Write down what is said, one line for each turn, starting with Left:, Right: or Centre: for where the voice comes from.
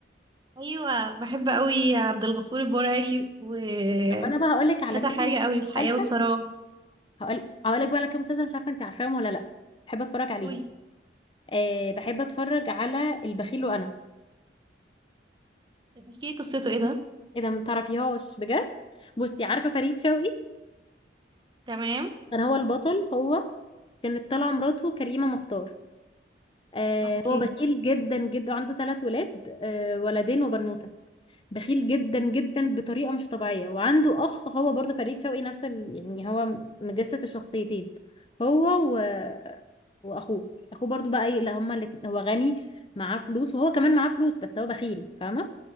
Right: أيوة بحب قوي عبد الغفور البرعي وكذا
Left: طب انا بقى هقول لك على كام
Right: حاجة قوي الحياة
Left: مسلسل
Right: والسراب
Left: هقول هقول لك بقى على كام مسلسل مش عارفه انت عارفاهم ولا لا بحب اتفرج عليهم
Right: قولي
Left: أه بحب اتفرج على البخيل وانا
Right: احكي لي قصته ايه ده
Left: ايه ده متعرفيهاش بجد بصي عارفه فريد شوقي
Right: تمام
Left: كان هو البطل هو كانت طالعه مراته كريمه مختار آه
Right: اوكي
Left: هو بخيل جدا جدا عنده ثلاث ولاد آه ولدين وبنوته بخيل جدا جدا بطريقه مش طبيعيه وعنده اخ هو برضه فريد شوقي نفس ال... يعني هو مجسد الشخصيتين هو و... واخوه اخوه برضه بقى ايه لا هما اللي هو غني معاه فلوس وهو كمان معاه فلوس بس هو بخيل فاهمه